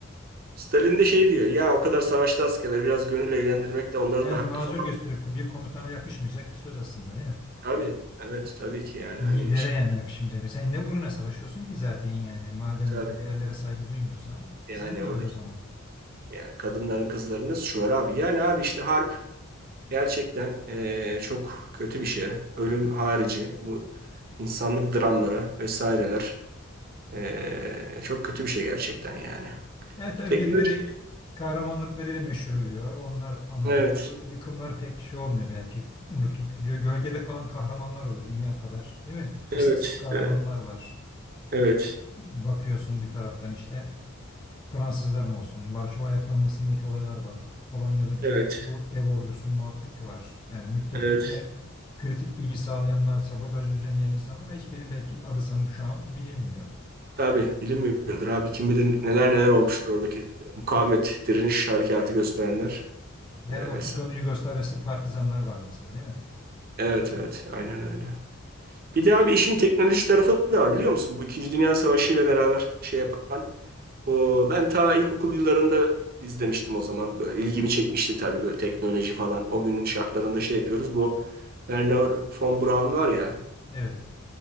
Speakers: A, on the right; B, on the left.
A: Stalin de şey diyor. Ya o kadar savaşta askerler biraz gönül eğlendirmek de onların
B: Yani
A: da hakkı
B: mazur
A: falan.
B: gösteriyor. Bir komutana yakışmayacak bir söz aslında değil mi?
A: Tabii. Evet tabii ki yani
B: Bir
A: hani
B: lidere
A: şey,
B: yani yakışmayacak. bir- Sen ne uğruna savaşıyorsun ki zaten yani. Madem
A: tabii
B: bu değerlere saygı duymuyorsan
A: yani
B: sen de
A: oradaki
B: öyle o zaman.
A: yani kadınların kızların nasıl şu var abi? Yani abi işte harp gerçekten eee, çok kötü bir şey. Ölüm harici bu insanlık dramları vesaireler eee, çok kötü bir şey gerçekten yani.
B: Yani tabii
A: Teknoloji.
B: birileri kahramanlıklarıyla meşhur oluyor. Onlar anılıyor.
A: Evet.
B: Bu yıkımlar pek şey olmuyor belki. Unutulup gidiyor. Gölgede kalan kahramanlar oluyor dünya kadar. Değil mi?
A: Evet.
B: İsimsiz kahramanlar
A: Evet.
B: var.
A: Evet.
B: Bakıyorsun bir taraftan işte Fransızlar mı olsun? Varşova ayaklanmasındaki olaylar var. Polonya'daki
A: Evet.
B: bu ev ordusu muhabbeti var. Yani müttefiklere
A: Evet.
B: kritik bilgi sağlayanlar, sabotaj düzenleyen insanlar hiçbirinin belki adı sanıp şu an bilinmiyor.
A: Tabii bilinmiyordur abi. Kim bilir neler neler olmuştur oradaki mukavemet, direniş harekatı gösterenler.
B: Yani
A: Ee,
B: o
A: vesaire.
B: Tito'nun Yugoslavyası partizanları vardı mesela değil mi?
A: Evet evet aynen öyle. Bir de abi işin teknoloji tarafı da var biliyor musun? Bu İkinci Dünya Savaşı ile beraber şey yapan. O, ben ta ilkokul yıllarında izlemiştim o zaman. Böyle ilgimi çekmişti tabii böyle teknoloji falan. O günün şartlarında şey yapıyoruz. Bu Werner von Braun var ya
B: Evet.